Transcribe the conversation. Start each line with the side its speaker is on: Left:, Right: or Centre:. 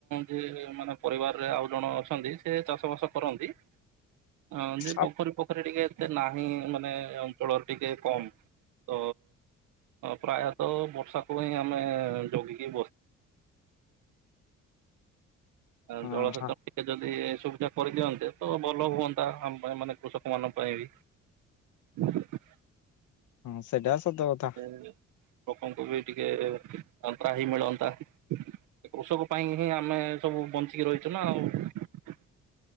Right: ଯିଏ ମାନେ ପରିବାରରେ ଆଉ ଜଣ ଅଛନ୍ତି ସେ ଚାଷ ବାସ କରନ୍ତି ଆଁ
Left: ଆ
Right: ପୋଖରୀ ପୋଖରୀ ଟିକେ ଏତେ ନାହିଁ ମାନେ ଅଞ୍ଚଳର ଟିକେ କମ୍ ତ ପ୍ରାୟତଃ ବର୍ଷାକୁ ହିଁ ଆମେ ଜଗିକି <inaudible> ଆ
Left: ହଁ
Right: ଜଳସେଚନ
Left: ହଁ
Right: ଟିକେ ଯଦି ସୁବିଧା କରିଦିଅନ୍ତେ ତ ଭଲ ହୁଅନ୍ତା ଆମ ପାଇଁ ମାନେ କୃଷକମାନଙ୍କ ପାଇଁ ବି।
Left: ହଁ ସେଇଟା ସତ କଥା।
Right: ଏ ଲୋକଙ୍କୁ ବି ଟିକେ ତା ତ୍ରାହି ମିଳନ୍ତା। କୃଷକ ପାଇଁ ହିଁ ଆମେ ସବୁ ବଞ୍ଚିକି ରହିଛୁ ନା ଆଉ।